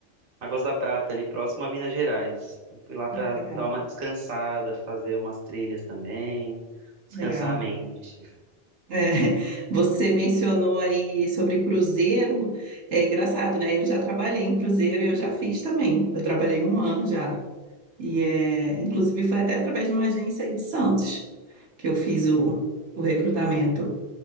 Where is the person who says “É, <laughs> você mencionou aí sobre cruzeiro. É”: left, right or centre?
Right